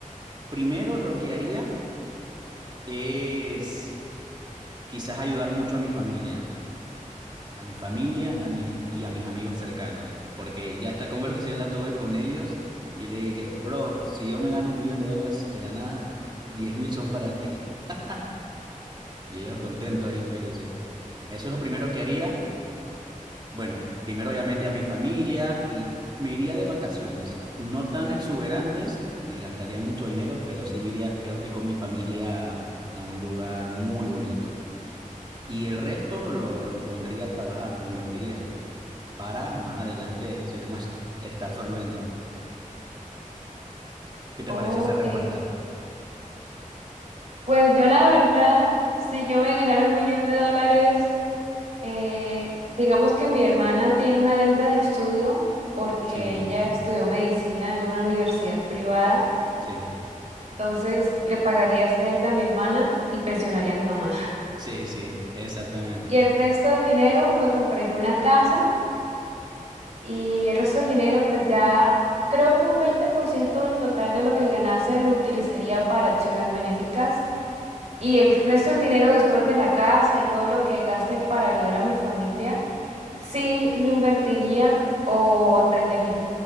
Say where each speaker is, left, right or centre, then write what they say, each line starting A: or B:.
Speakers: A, on the right; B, on the right.
A: Primero, lo que haría es quizás ayudar mucho a mi familia, a mi familia a mi, y a mis amigos cercanos, porque ya esta conversación la tuve con ellos y le dije, bro, si yo me gano un millón de dólares de la nada, diez mil son para ti. <laughs> Y ellos contentos y felices. Eso es lo primero que haría. Bueno, primero obviamente a mi familia y me iría de vacaciones, no tan exuberantes, ni gastaría mucho dinero, pero sí me iría creo que con mi familia a un lugar muy bonito. Y el resto lo, lo pondría a trabajar, lo invertiría para más adelante ser más, estar solvente. ¿Qué te
B: Ok.
A: parece esa respuesta?
B: Pues yo la verdad, si yo me ganara un millón de dólares, eh, digamos que mi hermana tiene una deuda de estudio porque
A: Sí, Mm.
B: ella estudió medicina en una universidad privada.
A: sí,
B: Entonces le pagaría esa deuda a mi hermana y pensionaría a mi mamá.
A: sí, sí, exactamente.
B: Y el resto del dinero me compraré una casa y el resto del dinero pues ya creo que un 20% del total de lo que ganase lo utilizaría para acciones benéficas y el resto del dinero después de la casa y todo lo que gaste para ayudar a mi familia, sí lo invertiría o emprendería.